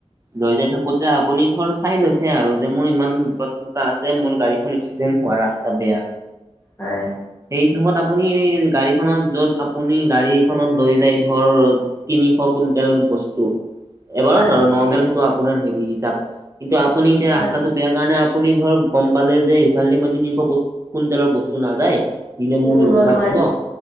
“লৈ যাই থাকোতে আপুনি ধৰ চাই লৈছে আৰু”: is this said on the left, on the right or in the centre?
Right